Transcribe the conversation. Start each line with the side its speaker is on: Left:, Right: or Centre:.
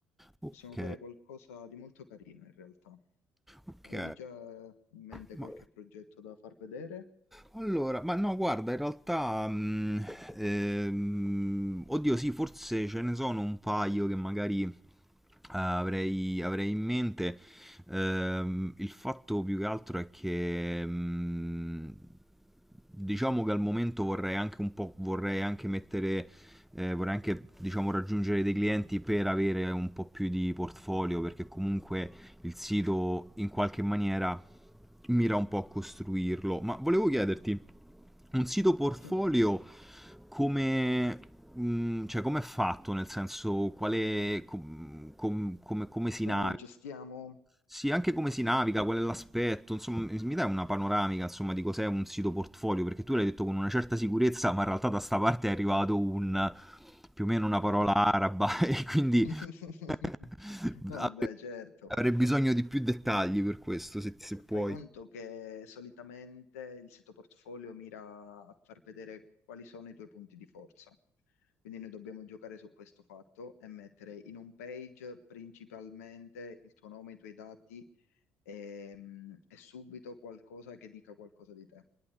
Centre: Ok.
Left: Possiamo fare qualcosa di molto carino in realtà.
Centre: Ok.
Left: Avevi già in mente
Centre: Ma,
Left: qualche progetto da far vedere?
Centre: allora, ma no, guarda, in realtà, mm, ehm, oddio, sì, forse ce ne sono un paio che magari eh, avrei, avrei in mente. Ehm, il fatto più che altro è che, mm, diciamo che al momento vorrei anche un po', vorrei anche mettere, eh, vorrei anche, diciamo, raggiungere dei clienti per avere un po' più di portfolio, perché comunque il sito in qualche maniera mira un po' a costruirlo. Ma volevo chiederti, un sito portfolio
Left: Sì,
Centre: come, mm, cioè, come è fatto? Nel senso, quale, com- com- come, come si
Left: come
Centre: naviga?
Left: lo gestiamo?
Centre: Sì, anche come si naviga,
Left: Eh,
Centre: qual è l'aspetto, insomma, mi mi dai una panoramica, insomma, di cos'è un sito portfolio, perché tu l'hai detto con una certa sicurezza, ma in realtà da sta parte è arrivato un, più o meno
Left: <laughs>
Centre: una parola araba, <laughs> e quindi
Left: <laughs>
Centre: <laughs>
Left: No, vabbè, certo.
Centre: avrei bisogno di più dettagli per questo, se, se puoi.
Left: Fai conto che solitamente il sito portfolio mira a far vedere quali sono i tuoi punti di forza. Quindi noi dobbiamo giocare su questo fatto e mettere in home page principalmente il tuo nome, i tuoi dati ehm, è subito qualcosa che dica qualcosa di te,